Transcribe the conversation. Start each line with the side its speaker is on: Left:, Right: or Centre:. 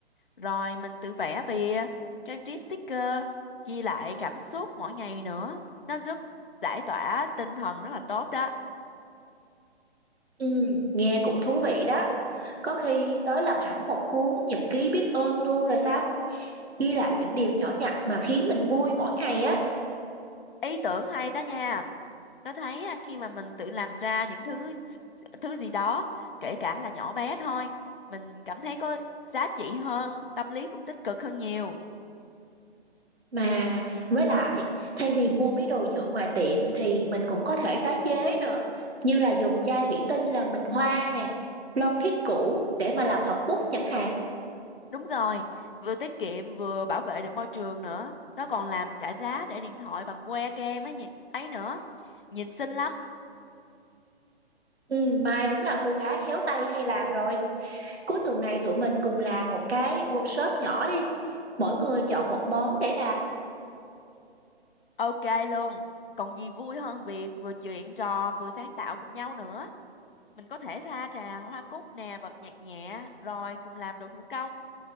Left: Rồi mình tự vẽ bìa, trang trí sticker, ghi lại cảm xúc mỗi ngày nữa. Nó giúp giải tỏa tinh thần rất là tốt đó.
Right: Ừ, nghe cũng thú vị đó. Có khi tớ làm hẳn một cuốn nhật ký biết ơn luôn rồi sao? Ghi lại những điều nhỏ nhặt mà khiến mình vui mỗi ngày á.
Left: Ý tưởng hay đó nha. Tớ thấy á, khi mà mình tự làm ra những thứ thứ gì đó, kể cả là nhỏ bé thôi, mình cảm thấy có giá trị hơn, tâm lý cũng tích cực hơn nhiều.
Right: Mà với lại, thay vì mua mấy đồ nhựa ngoài tiệm thì mình cũng có thể tái chế nữa. Như là dùng chai thủy tinh làm bình hoa nè, lon thiết cũ để mà làm hộp bút chẳng hạn.
Left: Đúng rồi, vừa tiết kiệm vừa bảo vệ được môi trường nữa. Tớ còn làm cả giá để điện thoại bằng que kem ấy nhỉ, ấy nữa. Nhìn xinh lắm.
Right: Ừ, Mai đúng là cô gái khéo tay hay làm rồi. Cuối tuần này tụi mình cùng làm một cái workshop nhỏ đi. Mỗi người chọn một món để làm.
Left: Ok luôn. Còn gì vui hơn việc vừa chuyện trò vừa sáng tạo cùng nhau nữa. Mình có thể pha trà hoa cúc nè, bật nhạc nhẹ, rồi cùng làm đồ thủ công.